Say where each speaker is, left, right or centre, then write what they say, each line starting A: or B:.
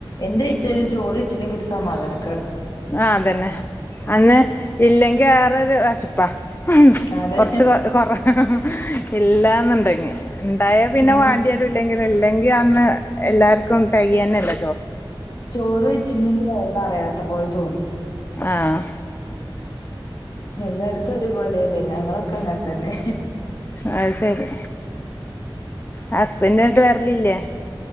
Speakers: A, on the left; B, on the left.
A: എന്ത് ഇച്ചാലും ചോറച്ചിലെങ്കി ഒരു സമാധാനം
B: ആ അതന്നെ അന്ന് ഇല്ലെങ്കിൽ വേറൊരു വിശ്പ്പാ
A: അതെ
B: കൊറച്ച് കൊറ ഇല്ലാന്ന് ഉണ്ടകിൽ ഉണ്ടായ പിന്നെ
A: ഉം.
B: വാണ്ടി ല്ലെങ്കിൽ അന്ന് എല്ലാവർക്കും തെകന്നല്ല
A: ചോറ് വച്ചില്ലെങ്കില് വയർ നിറയാത്ത പോലെ തോന്നും
B: ആഹ്
A: എല്ലായിടത്തും ഒരേപോലെയല്ലേ ഞങ്ങളൊക്കെ അങ്ങനെ തന്നെ
B: അത് ശരി ഹസ്ബൻഡായിട്ട് വരലില്ലേ